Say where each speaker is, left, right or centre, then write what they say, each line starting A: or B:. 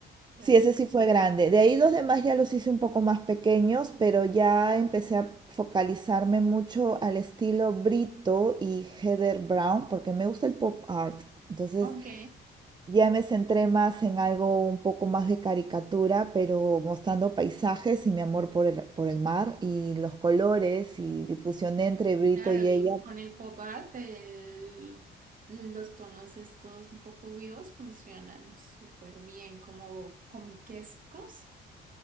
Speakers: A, on the right; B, on the right.
A: Prende-
B: Sí, ese sí fue grande. De ahí los demás ya los hice un poco más pequeños, pero ya empecé a focalizarme mucho al estilo Brito y Heather Brown, porque me gusta el pop art. Entonces
A: Ok,
B: ya me centré más en algo un poco más de caricatura, pero mostrando paisajes y mi amor por el, por el mar y los colores y difusión entre Brito
A: claro,
B: y ella
A: y con el pop art, el- los tonos estos un poco vivos funcionan súper bien, como comiquescos.